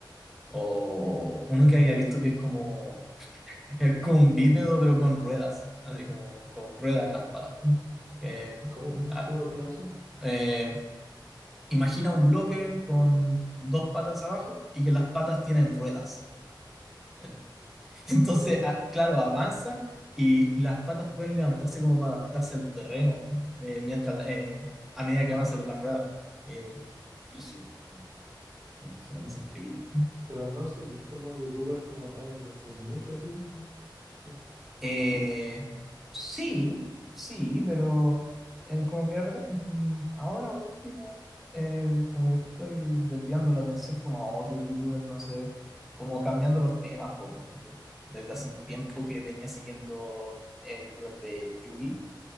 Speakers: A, in the centre; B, on the right.
A: o uno que había visto que es como, es como un bípedo pero con ruedas, así como con ruedas en las patas. ¿eh? Que,
B: ¿Cómo, cómo,
A: ah,
B: cómo, cómo eso?
A: eh, Imagina un bloque con dos patas abajo y que las patas tienen ruedas. <laughs> Entonces,
B: Ya.
A: a- claro, avanza y las patas pueden levantarse como para adaptarse al terreno eh, mientras eh, a medida que avanza con las ruedas. Eh, rígido, eh,
B: Sí.
A: una cosa increíble.
B: Pero no seguís como youtuber como tal desde hace mucho tiempo. Sí.
A: Eh, sí, sí, pero eh, como que de repente, mm, ahora último, eh, como que estoy desviando la atención como a otros youtubers, no sé, como cambiando los temas, po, ponte tú. Desde hace un tiempo que venía siguiendo eh, youtubers de Yugi,